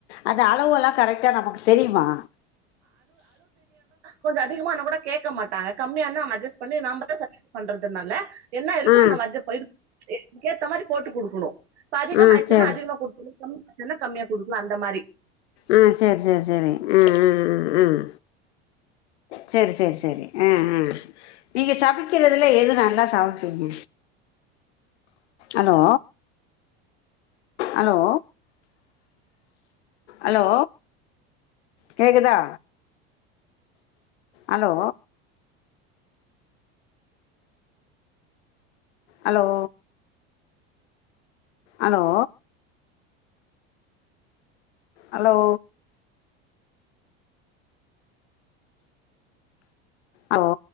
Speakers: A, on the left; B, on the right.
A: அந்த அளவுயெல்லாம் கரெக்டா நமக்கு தெரியுமா
B: கொஞ்சம் அதிகமான கூட கேக்க மாட்டாங்க கம்மியான அட்ஜஸ்ட் பண்ணி நாமதான் சஜஸ் பண்றதுனால என்ன இருக்கோ
A: ஆ
B: இந்த மஜ்ஜ போயிருக்கு க்கேத்த மாரி போட்டு குடுக்கணும் இப்ப அதிகம்
A: ஆ
B: ஆயிச்சன்னா
A: சரி
B: அதிகமா கொடுத்துனும் கம்மி என்ன கம்மியா குடுக்கலாம் அந்த மாரி
A: ஆஹ் சரி சரி சரி உம் உம் உம் செரி செரி செரி உம் உம் நீங்க சமைக்கிறல்லது எது நல்லா சமைப்பீங்க அலோ அலோ அலோ கேக்குதா அலோ அலோ அலோ அலோ அ ஓ